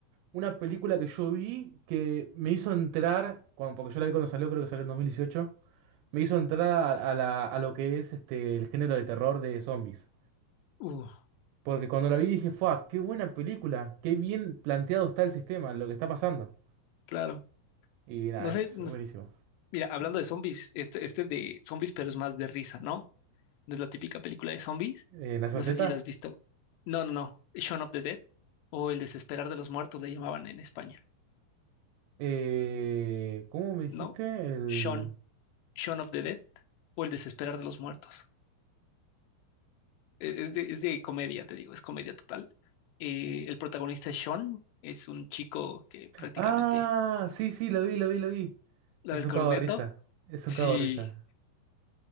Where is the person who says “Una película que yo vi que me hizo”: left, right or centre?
Right